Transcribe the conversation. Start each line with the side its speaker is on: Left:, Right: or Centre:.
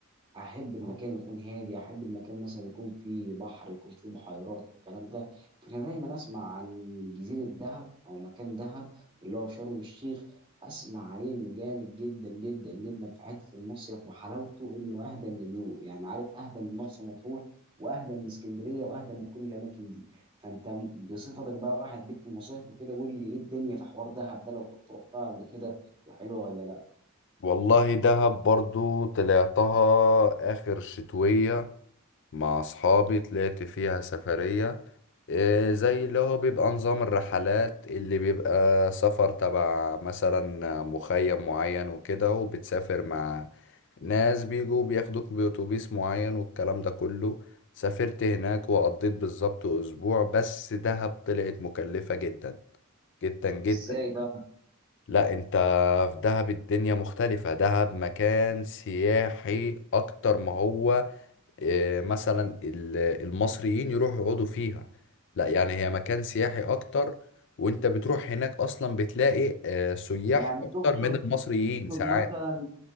Right: احب اه المكان يكون هادي احب المكان مثلا يكون فيه بحر يكون فيه بحيرات الكلام ده فانا دايما اسمع عن جزيره دهب او مكان دهب اللي هو في شرم الشيخ اسمع عليه انه جامد جدا جدا جدا في حته المصيف وحلاوته انه اهدى من اليو يعني عارف اهدى من مرسى مطروح واهدى من اسكندريه واهدى من كل الاماكن دي فانت بصفتك بقى واحد ليك في المصايف وكده قول لي ايه الدنيا في حوار دهب ده لو كنت رحتها قبل كده وحلوه ولا لا
Left: والله دهب برضو طلعتها اخر شتوية مع اصحابي طلعت فيها سفرية آه، زي اللي هو بيبقى نظام الرحلات اللي بيبقى سفر تبع مثلا مخيم معين وكده وبتسافر مع ناس بيجوا بياخدوك بأتوبيس معين والكلام ده كله سافرت هناك وقضيت بالظبط أسبوع بس دهب طلعت مكلفة جدا جدا جدا
Right: ازاي بقى
Left: لا انت في دهب الدنيا مختلفة دهب مكان سياحي أكتر ما هو آه، مثلا ال- المصريين يروحوا يقعدوا فيها لا يعني هي مكان سياحي اكتر وانت بتروح هناك اصلا بتلاقي آه، سياح
Right: يعني
Left: اكتر
Right: تقصد
Left: من المصريين
Right: تقصد
Left: ساعات
Right: مثلا